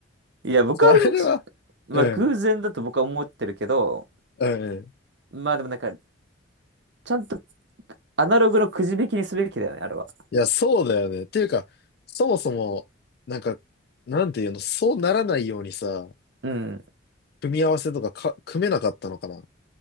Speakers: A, on the right; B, on the left.
A: いや、僕はあれ僕し、
B: あれは、
A: まあ偶然だと僕は思ってるけど、
B: うん、うん、うん。
A: まあでもなんか、ちゃんとアナログのくじ引きにすべきだよね、あれは。
B: いや、そうだよね。っていうか、そもそも、なんか、なんていうの、そうならないようにさ、
A: うん。
B: 組み合わせとかか、組めなかったのかな。